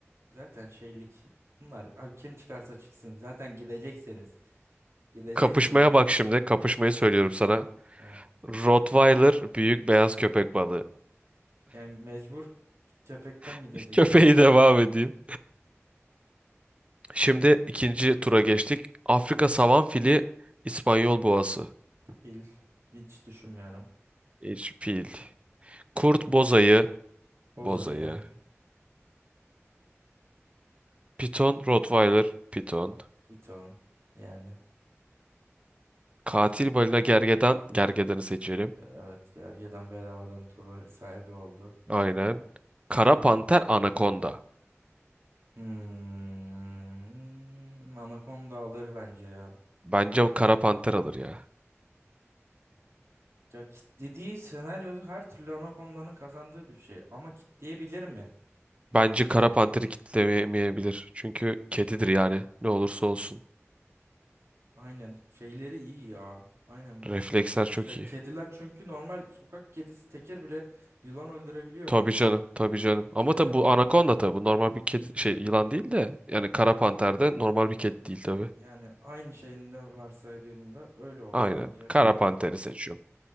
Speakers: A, on the right; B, on the right.
A: zaten şeylik. Bunlar abi kim çıkarsa çıksın. Zaten gideceksiniz. Gideceksiniz.
B: Kapışmaya bak şimdi. Kapışmayı söylüyorum sana.
A: He.
B: Rottweiler büyük beyaz köpek balığı.
A: Yani mecbur köpekten
B: <laughs>
A: gidecek
B: Köpeği
A: yani.
B: devam edeyim. Şimdi ikinci tura geçtik. Afrika savan fili, İspanyol boğası.
A: Fil hiç düşünmüyorum.
B: Hiç fil. Kurt bozayı,
A: Bozayı,
B: bozayı. Piton, Rottweiler, piton.
A: piton. Yani
B: Katil balina gergedan, gergedanı seçelim.
A: evet gergedan bedavadan turu sahibi oldu.
B: Aynen. Kara panter, anakonda.
A: Hmm, Anaconda alır bence ya.
B: Bence bu kara panter alır ya.
A: Ya kitlediği senaryoda her türlü Anaconda'nın kazandığı bir şey. Ama kitleyebilir mi?
B: Bence kara panteri kitlemeyebilir. Çünkü kedidir yani. Ne olursa olsun.
A: Aynen şeyleri iyi ya. Aynen.
B: Refleksler çok
A: Şey,
B: iyi.
A: kediler çünkü normal sokak kedisi tekir bile yılan öldürebiliyor.
B: Tabii canım, tabii canım. Ama
A: Kedi
B: tabii
A: alır.
B: bu anakonda tabii. Bu normal bir kedi şey yılan değil de yani kara panter de normal bir kedi değil tabii.
A: Yani aynı şeyinde varsaydığımda öyle oluyor.
B: Aynen.
A: Bence
B: Kara
A: şey yaparlar.
B: panteri seçiyorum.